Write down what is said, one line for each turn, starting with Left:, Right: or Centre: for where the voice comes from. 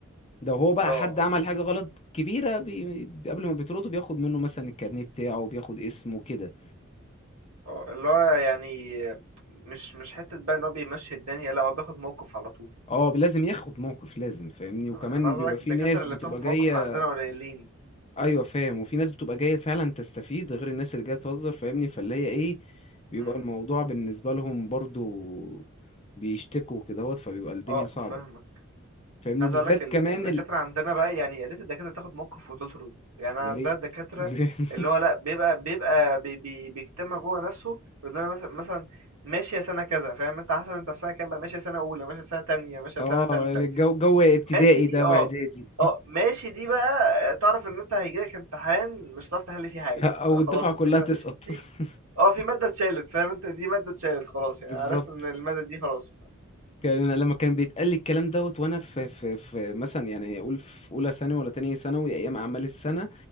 Left: ده
Right: <laughs>
Left: هو بقى
Right: اه
Left: حد عمل
Right: اللي
Left: حاجه
Right: هو
Left: غلط كبيره بي بي- قبل ما بيطرده بياخد منه مثلا الكارنيه بتاعه وبياخد اسمه كده
Right: آه، اللي هو يعني مش مش حته بقى ان هو بيمشي الدنيا لا هو بياخد موقف على طول
Left: اه لازم ياخد موقف لازم فاهمني وكمان
Right: انا أنا عايز
Left: بيبقى
Right: اقول لك
Left: في
Right: الدكاتره
Left: ناس
Right: اللي
Left: بتبقى
Right: بتاخد
Left: جايه
Right: موقف عندنا قليلين
Left: ايوه فاهم وفي ناس بتبقى جايه فعلا تستفيد غير الناس اللي جايه تهزر فاهمني فاللي هي ايه بيبقى
Right: امم
Left: الموضوع بالنسبه لهم برضو بيشتكوا كدهوت فبيبقى الدنيا
Right: اه
Left: صعبه
Right: فاهمك
Left: فاهمني
Right: عايز
Left: وبالذات
Right: اقول لك ال-
Left: كمان
Right: الدكاتره
Left: ال...
Right: عندنا بقى يعني يا ريت الدكاتره تاخد موقف وتطرد يعني
Left: يا
Right: عندنا
Left: ريت
Right: الدكاتره
Left: <laughs>
Right: اللي هو لا بيبقى بيبقى بي بي بيكتمها جوه نفسه بيقول لنا مثلا مثلا ماشيه سنه كذا فاهم انت حسب انت في سنه كام بقى ماشيه سنه اولى ماشيه سنه تانية ماشيه
Left: اه
Right: سنه تالتة
Left: الجو جو ابتدائي
Right: ماشي دي
Left: ده
Right: اه
Left: واعدادي
Right: اه ماشي دي بقى تعرف ان انت هيجيلك امتحان مش هتعرف تحل فيه حاجه
Left: <laughs> او
Right: لا خلاص
Left: الدفعه
Right: انت
Left: كلها
Right: كده
Left: تسقط
Right: في
Left: <laughs>
Right: اه في ماده اتشالت فاهم انت دي ماده اتشالت خلاص يعني
Left: بالظبط
Right: عرفت ان الماده دي خلاص
Left: كان أنا لما كان بيتقال لي الكلام دوت وانا في في في مثلا يعني اقول في اولى ثانوي ولا تانية ثانوي ايام اعمال السنه